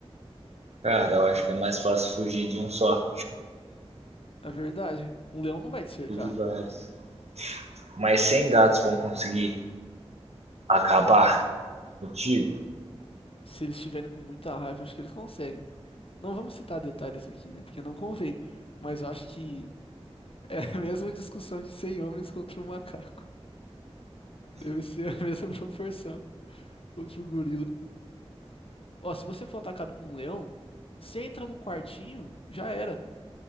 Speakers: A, on the right; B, on the left.
A: Cara, eu acho que é mais fácil fugir de um só
B: É verdade. Um leão não vai te cercar.
A: que de vários. Mas 100 gatos vão conseguir acabar contigo?
B: se eles estiverem com muita raiva, acho que eles conseguem. Não vamos citar detalhes aqui, né? Porque não convém. Mas eu acho que é a <laughs> mesma discussão de 100 homens contra um macaco. Deve ser a <laughs> mesma proporção contra um gorila. Ó, se você for atacado por um leão, você entra num quartinho, já era.